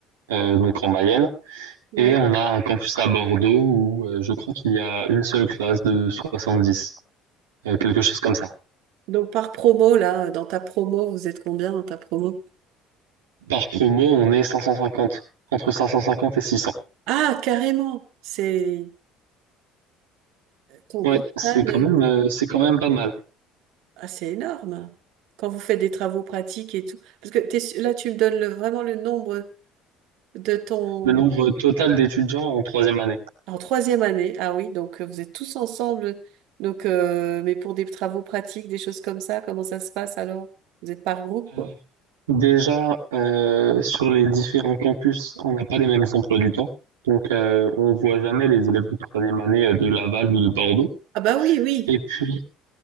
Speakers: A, on the right; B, on the right.
A: euh, donc en Mayenne,
B: Ouais.
A: et on a un campus à Bordeaux où euh, je crois qu'il y a une seule classe de 70, euh, quelque chose comme ça.
B: Donc par promo, là, dans ta promo, vous êtes combien dans ta promo?
A: Par promo, on est 550, entre 550 et 600.
B: Ah, carrément. C'est ton groupe,
A: Ouais, c'est
B: là,
A: quand
B: le-
A: même,
B: le-
A: euh, c'est quand même pas mal,
B: ah, c'est énorme. Quand vous faites des travaux pratiques et tout. Parce que t'es su- là, tu me donnes le- vraiment le nombre de ton...
A: le nombre total d'étudiants en troisième année.
B: En troisième année. Ah oui, donc euh, vous êtes tous ensemble. Donc, euh, mais pour des travaux pratiques, des choses comme ça, comment ça se passe alors? Vous êtes par groupe,
A: Alors,
B: quoi.
A: déjà, euh, sur les différents campus, on n'a pas les mêmes emplois du temps, donc euh, on voit jamais les élèves de troisième année euh, de Laval ou de Bordeaux.
B: Ah bah oui, oui.
A: Et puis,